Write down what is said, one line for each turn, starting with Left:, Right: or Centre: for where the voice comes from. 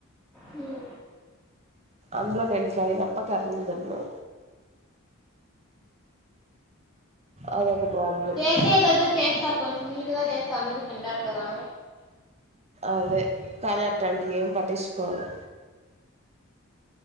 Centre: హ్మ్.
Right: అందులో నేను ఫ్రై తప్ప కర్రీలు తినను అదొక ప్రాబ్లం
Centre: చేసేదే ఏదో చేస్తా కొంచం నీటుగా చేస్తే అందరూ తింటారు కదా
Right: అదే కానీ అట్లాంటివి ఏం పట్టించుకోరు,